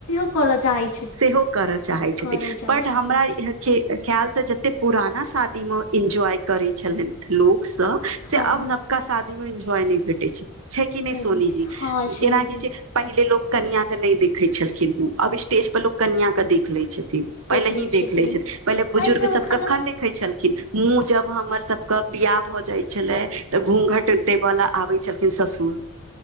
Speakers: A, on the left; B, on the right.
A: <unintelligible>
B: सेहो करय चाहैत छथि
A: करय चाहै
B: बट
A: छथिन
B: हमरा यर केँ ख्याल से जते पुराना शादी म एंजॉय करै छलैन लोक सऽ से
A: हँ
B: अब नबका शादी म इनजॉय नै भेटै छै छै की नै
A: नहि भेट
B: सोनीजी
A: हँ छै
B: जेना
A: कि
B: की जे पहिले लोक कनिया कऽ नहि देखै छलखिन अब स्टेज पर लोक कनिया कऽ देख लै छै पहिले
A: लै
B: ही देख
A: छथिन
B: लय छैय पहिले बुजुर्ग
A: एहिसभ
B: सब
A: एखनहु
B: कखन देख देखै छलखिन मुँह जब हमर सब कऽ बियाह भऽ जाय छलय तऽ घूँघट देबऽ लेल आबै केँ ससुर